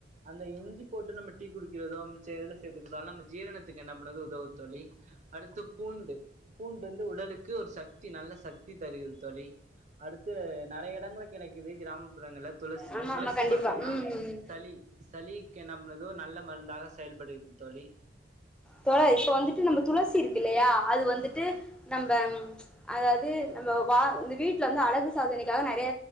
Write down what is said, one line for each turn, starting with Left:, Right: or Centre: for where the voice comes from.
Right: அந்த இஞ்சி போட்டு நம்ம டீ குடிக்கிறதோ மிச்ச எதுல சேத்துக்கிட்டாலு நம்ம ஜீரணத் துக்கு என்ன பண்ணது உதவு தோழி அடுத்து பூ பூண்டு பூண்டு வந்து உடலுக்கு ஒரு சக்தி நல்ல சக்தி தருகிது தோழி அடுத்து நெறைய இடங்க கிடைக்குது கிராமப்புறங்களல துளசி
Centre: ஆமா
Right: துளசி
Centre: ஆமா கண்டிப்பா
Right: பத் தீங்கன்னா
Centre: ம்
Right: சளி சளிக்கு என்ன பண்ணுது ஒரு நல்ல மருந்தாக செயல்படுகிறது தோழி
Centre: தோழா இப்ப வந்துட்டு நம்ம துளசி இருக்கு இல்லையா அது வந்துட்டு நம்ப ம்ச் அதாது நம்ம வா இந்த வீட்ல வந்து அழகு சாதனைக்காக நெறைய